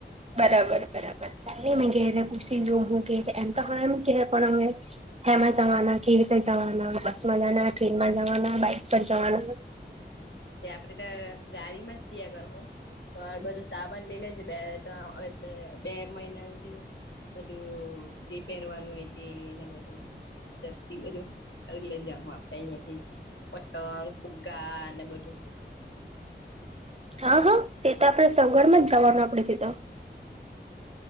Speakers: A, on the right; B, on the left.
A: બરાબર બરાબર ચાલની મેં ઘેરે પૂછી જોમ હું કે તે એમ તો હા ની કેહે પણ હવે હેમાં જાવાના કેવી રીતે પર જાવાના બસમાં જાવાના, ટ્રેનમાં જવાના, બાઈક પર જવાના <inaudible>
B: તે આપડે તો ગાડીમાં જ જીઆ કરહું. પણ બધું સામાન લઈ લેજે બે તમ એટલે બે મહિના જેવું. બધું જે પહેરવાનું હોય તેને બધું સકથી બધું કરી લઈ જાહું આપડે અહિયાંથી જ પતંગ, ફુગ્ગા અને બ ધુ
A: હા હા તે તો આપણેે સગવડમાં જ જવાનું આપડે તે તો.